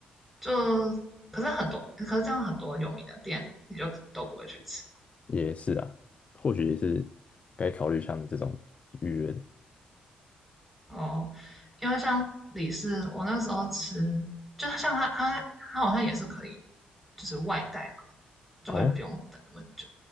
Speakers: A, in the centre; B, on the left (about 40°).
A: 就可是很多可是这样很多有名的店你就都不会去吃
B: 也是啊，或许也是该考虑像你这种预约的。
A: 哦，因为像李氏我那时候吃，就是像他他他好像也是可以就是外带嘛，就会不用等那么久。
B: 哦，